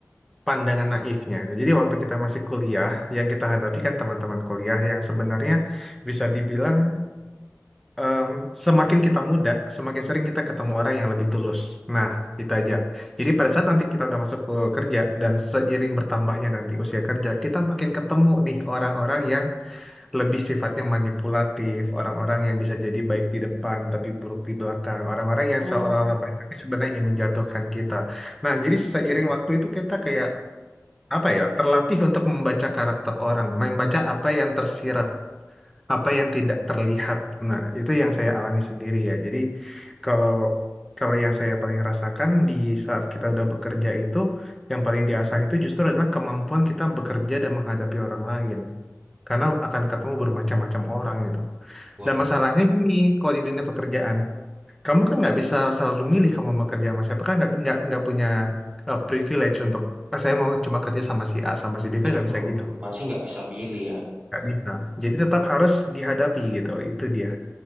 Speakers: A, in the centre; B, on the right.
A: pandangan naifnya. Jadi waktu kita masih kuliah, yang kita hadapi kan teman-teman kuliah yang sebenarnya bisa dibilang em, semakin kita muda, semakin sering kita ketemu orang yang lebih tulus. Nah, itu aja. Jadi pada saat nanti kita udah masuk ke kerja dan seiring bertambahnya nanti usia kerja, kita makin ketemu nih orang-orang yang lebih sifatnya manipulatif, orang-orang yang bisa jadi baik di depan tapi buruk di belakang, orang-orang yang
B: Oh,
A: seolah-olah baik tapi sebenarnya ingin menjatuhkan kita. Nah, jadi seiring waktu itu kita kayak apa ya, terlatih untuk membaca karakter orang, membaca apa yang tersirat apa yang tidak terlihat. Nah, itu yang saya alami sendiri ya. Jadi kalau kalau yang saya paling rasakan di saat kita udah bekerja itu, yang paling diasah itu justru adalah kemampuan kita bekerja dan menghadapi orang lain. Karena akan ketemu bermacam-macam orang gitu.
B: waduh,
A: Dan masalahnya gini, kalau di dunia pekerjaan, kamu kan nggak bisa selalu milih kamu mau kerja sama siapa kan nggak nggak nggak punya eh, privilege untuk "Ah, saya mau cuma kerja sama si A sama si B kan
B: betul.
A: nggak bisa gitu,
B: Pasti nggak bisa milih ya.
A: nggak bisa. Jadi tetap harus dihadapi gitu. Itu dia